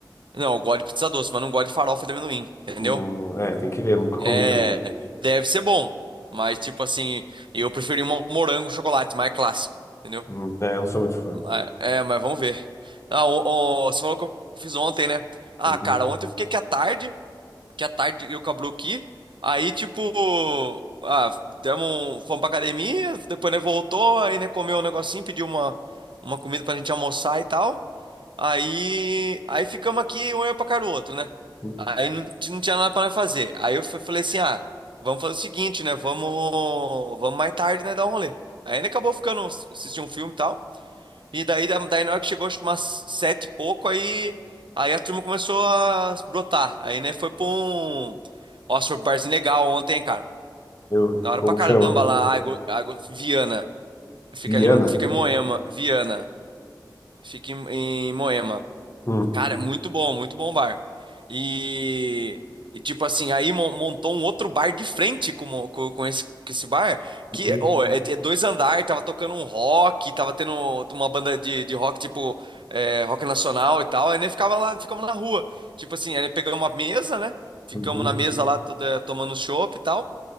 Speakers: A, on the right (about 85°); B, on the left (about 35°).
A: Não, eu gosto de pizza doce, mas não gosto de farofa de amendoim, entendeu?
B: Não, é, tem que ver, nunca comi
A: É,
B: também.
A: deve ser bom, mas tipo assim, eu preferi uma morango chocolate mais clássica, entendeu?
B: Hum, É, eu não sou muito fã.
A: Ah, É, mas vamos ver. Ah, o, o- você falou que eu fiz ontem, né? Ah,
B: Uhum.
A: cara, ontem eu fiquei aqui à tarde, que à tarde eu com a Blue aqui. Aí, tipo, ah, demos, um- fomos pra academia, depois, né, voltou, aí, né, comeu um negocinho, pediu uma, uma comida pra gente almoçar e tal. Aí, aí ficamos aqui, um olhando pra cara do outro, né?
B: Uhum.
A: Aí não, ti- não tinha nada pra nós fazer. Aí eu fui- falei assim, ah, vamos fazer o seguinte, né, vamos, vamos mais tarde, né, dar um rolê. Aí, né, acabou ficando, assistir um filme e tal. E daí, daí na hora que chegou, acho que umas sete e pouco, aí, aí a turma começou a brotar. Aí, né, foi pra um. Nossa, foi um barzinho legal ontem, hein, cara.
B: Eu,
A: Da hora
B: como
A: pra caramba
B: chama?
A: lá, Água, Água Viana. Fica
B: Viana?
A: ali, fica em Moema, Viana. Fica em, em Moema.
B: Hum.
A: Cara, é muito bom, muito bom bar. E, e tipo assim, aí mon- montou um outro bar de frente com, o- com, com esse, com esse bar,
B: Uhum.
A: que ô, é, é dois andares, tava tocando um rock, tava tendo uma banda de, de rock, tipo, é, rock nacional e tal, aí nem ficava lá, ficamos na rua. Tipo assim, aí pegamos uma mesa, né? Ficamos
B: Uhum.
A: na mesa lá, to- eh, tomando chopp e tal.